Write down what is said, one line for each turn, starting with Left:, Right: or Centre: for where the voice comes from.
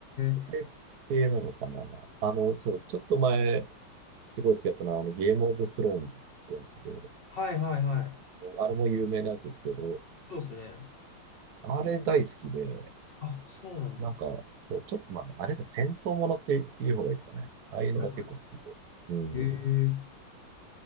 Left: え
Right: SF 系なのかな。あの、そう、ちょっと前、すごい好きだったのは、あの、ゲームオブスローンズってやつで、
Left: はいはいはい。
Right: あれも有名なやつですけど、
Left: そうですね。
Right: あれ大好きで、
Left: あ、そうなんだ。
Right: なんか、そう、ちょっと、まあ、あれですね、戦争ものっていう方がいいですかね。ああいうのが結構好きで。
Left: はいは
Right: うん。
Left: い。へえ